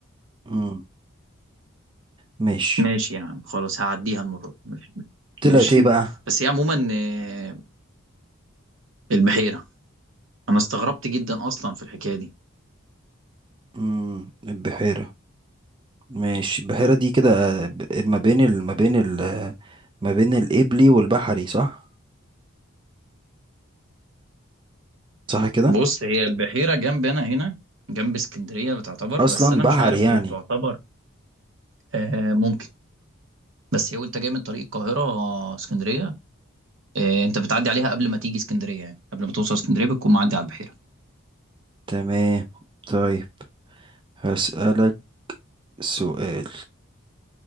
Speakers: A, on the right; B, on the right.
A: مم. ماشي
B: ماشي يا عم خلاص هعديها المرة دي ماشي
A: طلعت
B: ماشي
A: ايه بقى؟
B: <laughs> بس هي عموما آه، البحيرة انا استغربت جدا اصلا في الحكاية دي
A: مم. البحيرة ماشي البحيرة دي كده آه، ب- ما بين ال... ما بين ال... آه، ما بين الإبلي والبحري صح؟ صح كده؟
B: بص هي البحيرة جنب انا هنا جنب اسكندرية بتعتبر
A: أصلا
B: بس انا
A: بحري
B: مش عارف
A: يعني
B: هي تعتبر آه ممكن بس هي وانت جاي من طريق القاهرة آه، اسكندرية إيه، انت بتعدي عليها قبل ما تيجي اسكندريه يعني قبل ما توصل اسكندريه بتكون معدي على البحيره
A: تمام طيب هسألك سؤال